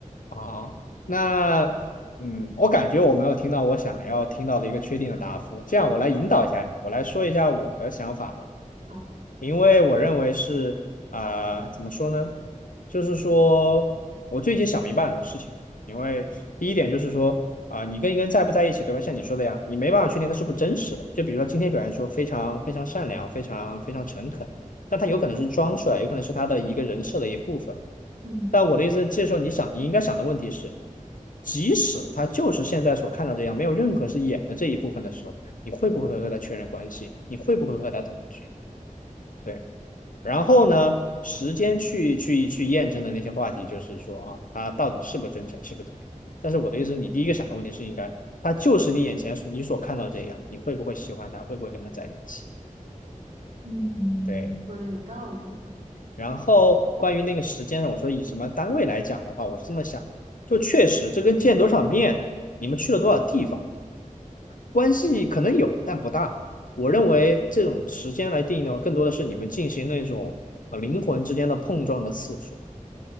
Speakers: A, on the left (about 75°); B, on the right (about 50°).
A: 啊，那嗯，我感觉我没有听到我想要听到的一个确定的答复，这样我来引导一下你，我来说一下我的想法吧。
B: 好，
A: 因为我认为是啊、呃怎么说呢？就是说我最近想明白很多事情。因为第一点就是说啊、你跟一个人在不在一起，对吧？像你说的呀，你没办法确定他是不是真实的。就比如说今天表现说非常非常善良、非常非常诚恳，但他有可能是装出来，有可能是他的一个人设的一部分。
B: 嗯
A: 但我的意思，这时候你想，你应该想的问题是，即使他就是现在所看到这样，没有任何是演的这一部分的时候，你会不会和他确认关系？你会不会和他同居？对。然后呢，时间去去去验证的那些话题，就是说啊，他到底是不真诚，是不怎么样。但是我的意思，你第一个想的问题是应该，他就是你眼前所你所看到这样，你会不会喜欢他，会不会跟他在一起？
B: 嗯，嗯，
A: 对。
B: 说的有道理，
A: 然后关于那个时间呢，我说以什么单位来讲的话，我是这么想，就确实这跟见多少面，你们去了多少地方，关系可能有，但不大。我认为这种时间来定义的话，更多的是你们进行那种呃灵魂之间的碰撞的次数。